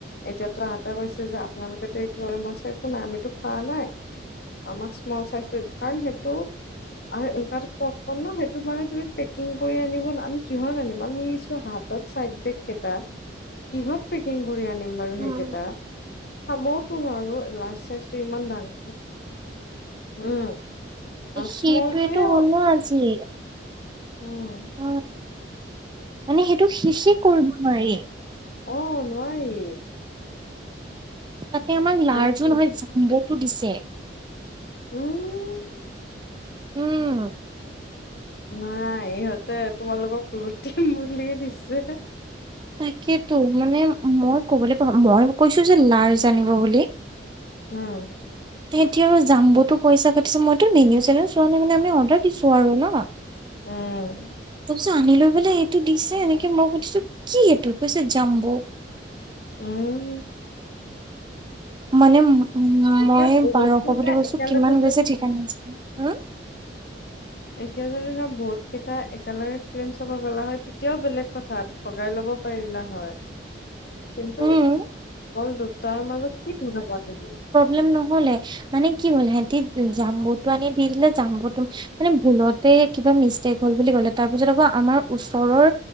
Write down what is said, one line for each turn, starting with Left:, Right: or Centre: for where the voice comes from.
Left: এতিয়াটো তাহাতে কৈছে যে আপোনালোকেটো এইটো মই কৈছোঁ একো নাই আমিতো খোৱা নাই আমাক স্মল চাইজটো কাৰণ সেইটো আৰু এনেকুৱা যে পপকন ন সেইটো মানে তুমি পেকিং কৰি আনিব আমি কিহত আনিব বাও আমি হাতত চাইড বেগ কেইটা কিহত পেকিং কৰি আনিম বাৰু
Right: উম
Left: সেইকেইটা খাবওতো নোৱাৰো। লাৰ্ছ চাইজটো ইমান ডাঙৰ। উম
Right: সেইটোৱেইটো
Left: স্মলটোৱে
Right: হ'ল নহ আজি।
Left: উম
Right: অ মানে সেইটো শেষে কৰিব নোৱাৰি।
Left: অহ নোৱাৰি।
Right: তাতে আমাৰ লাৰ্জো
Left: আৰু
Right: নহয় জাম্ব। ইতু দিছে।
Left: উম।
Right: উম।
Left: নাই ইহঁতে তোমালোকক লুটিম বুলিয়ে দিছে।
Right: তাকেটো মানে মই কবলৈ <unintelligible> মই কৈছোঁ যে লাৰ্জ আনিব বুলি।
Left: উম।
Right: তেহতি আৰু জাম্বতো পইচা কাটিছে মইতো মেনু চেন চোৱা নাই মানে আমি অৰ্ডাৰ দিছোঁ আৰু নহ।
Left: উম।
Right: চ' আনি লৈ পেলাই সেইটো দিছে এনেকে মই সুধিছোঁ কি এইটো কৈছে জাম্ব।
Left: উম
Right: মানে। উম
Left: এতিয়া
Right: মই
Left: বহুত
Right: বাৰশ
Left: কেইটা
Right: বুলি কৈছোঁ
Left: একেলগে
Right: কিমান
Left: যদি
Right: গৈছে ঠিকে নাই উম।
Left: এতিয়া যদি ধৰ বহুত কেইটা একেলগে ফিল্ম চাব গলা হয় তেতিয়াও বেলেগ কথা ভগাই লব পাৰিলা হয়। কিন্তু।
Right: উম
Left: অকল দুটাৰ মাজত কি কথা পাতিম।
Right: লেম নহ'লে মানে কি হল সিহতি জাম্বটো আনি দি দিলে জাম্বটো মানে ভুলতে কিবা মিষ্টেক হল বুলি কলে তাৰপিছত আকৌ আমাৰ ওচৰৰ